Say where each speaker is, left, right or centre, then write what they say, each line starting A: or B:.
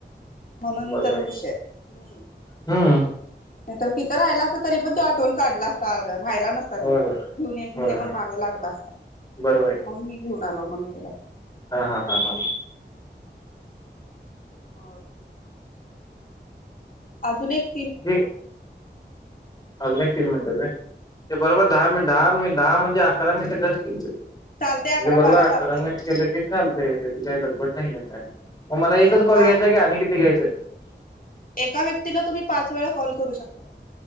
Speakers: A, on the left; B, on the left.
A: म्हणून
B: बरोबर
A: तर विषय हम्म -
B: हम्म
A: नाही तर तिथं राहि असं तरी पण तो आठवून काढला असता. रायला नसता
B: होय
A: तो
B: होय
A: घेऊन घेऊन
B: होय
A: या
B: होय
A: पण मागं लागला असता.
B: बरोबर आहे
A: मग मी घेऊन आलो म्हण त्याला!
B: हा हा हा हा
A: मग अजून एक -
B: हे अजून एक तीन मिनट बरोबर दहा मि दहा मिनट - दहा म्हणजे अकरा मिनट कर की! म्हणजे
A: चालते अकरा
B: बरोबर
A: बारा चालते
B: मिनिट केलं की थांबतय त्याची काय गडबट नाही काय. मग मला
A: हा
B: एकच
A: दहा
B: कॉल घ्यायचाय की आणि किती घ्यायचंय!
A: एका व्यक्तीला तुम्ही पाच वेळा कॉल करू शक